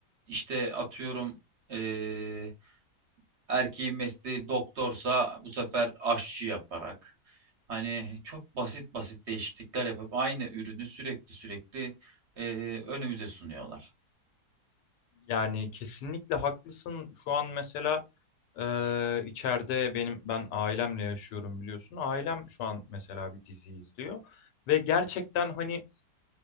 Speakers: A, on the right (about 50°); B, on the left (about 90°).
A: işte atıyorum e, erkeğin mesleği doktorsa bu sefer aşçı yaparak hani çok basit basit değişiklikler yapıp aynı ürünü sürekli sürekli e, önümüze sunuyorlar.
B: Yani kesinlikle haklısın. Şu an mesela e, içeride benim ben ailemle yaşıyorum biliyorsun. Ailem şu an mesela bir dizi izliyor ve gerçekten hani